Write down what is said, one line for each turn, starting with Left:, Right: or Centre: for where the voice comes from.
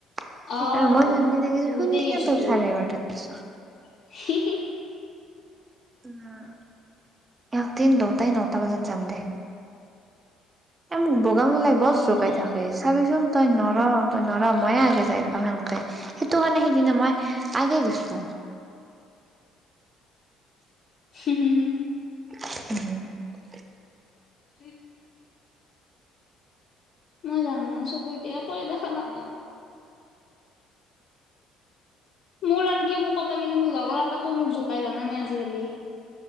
Right: <inaudible>
Left: অ
Right: আৰু মই যোনদিনা গেছো,
Left: বহুত
Right: সুন্দিনা
Left: দেৰি হৈছে
Right: তই,
Left: তোৰ
Right: চাৰে এঘাৰটাত গেছ।
Left: <unintelligible>
Right: উম্, একদিন দটাই নটা বজাত যাম দে, এ, মোক <unintelligible> বৰ
Left: অ
Right: জোকাই
Left: হ'ব দে
Right: থাকে চাবিচোন। তই নৰ, তই নৰ, ময়ে আগে যাই পাম সেনকে, সেইটো কাৰণে সিদিনা মই আগে গেছো।
Left: <unintelligible>
Right: <inaudible>
Left: <inaudible> মই জানো ন, চকুদি একোৱে দেখা নাপাও। মোৰ আনকি, মোৰ ক লাগিলে মোৰ লগৰৰ আপাটো মোক জোকাই জানা নাই আজিকালি।